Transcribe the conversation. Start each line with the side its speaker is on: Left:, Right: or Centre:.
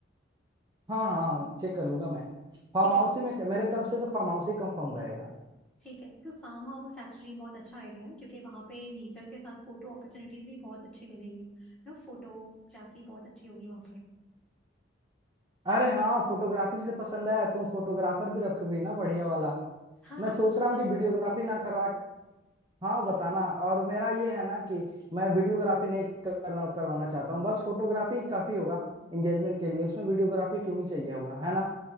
Right: हाँ हाँ चेक कर लूंगा मैं फार्म
Centre: ठीक
Right: हाउस
Centre: है
Right: ही में मेरे तरफ से तो फार्म हाउस ही कंफर्म रहेगा
Centre: ठीक है तो फार्म हाउस एक्चुअली बहुत अच्छा आइडिया है क्योंकि वहां पे नेचर के साथ फोटो अपॉर्चुनिटीज भी बहुत अच्छी मिलेगी ना फोटोग्राफी बहुत अच्छी होगी वहां पर
Right: अरे हाँ फोटोग्राफी से पसंद आया तुम फोटोग्राफर भी रखोगी ना बढ़िया वाला
Centre: हाँ
Right: मैं
Centre: हाँ,
Right: सोच
Centre: वो तो
Right: रहा
Centre: मैं
Right: हूँ
Centre: आपको
Right: कि
Centre: बताऊंगी
Right: वीडियोग्राफी ना करवा के- हाँ बताना और मेरा ये है ना कि मैं वीडियोग्राफी नहीं करना करवाना चाहता हूँ बस फोटोग्राफी काफी होगा एंगेजमेंट के लिए उसमें वीडियोग्राफी क्यों ही चाहिए होगा है ना